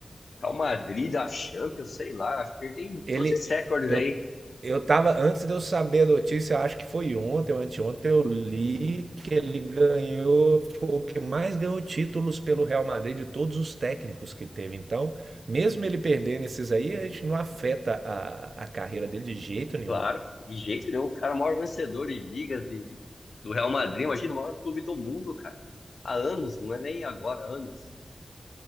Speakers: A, on the left (about 75°); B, on the right (about 70°).
A: Real Madrid da Champions, sei lá. Acho que ele tem
B: Ele,
A: todos esses recordes
B: eu,
A: aí.
B: eu tava, antes de eu saber a notícia, eu acho que foi ontem ou anteontem, eu li que ele ganhou, foi o que mais ganhou títulos pelo Real Madrid de todos os técnicos que teve. Então, mesmo ele perdendo esses aí, a gente não afeta a, a carreira dele de jeito nenhum.
A: Claro, de jeito nenhum. O cara é o maior vencedor de ligas de- de- do Real Madrid. Imagina o maior clube do mundo, cara. Há anos, não é nem agora, há anos.